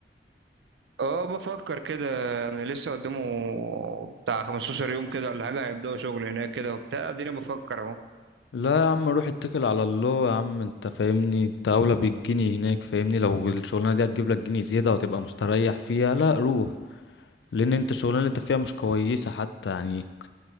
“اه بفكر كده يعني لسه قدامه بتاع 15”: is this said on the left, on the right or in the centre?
Right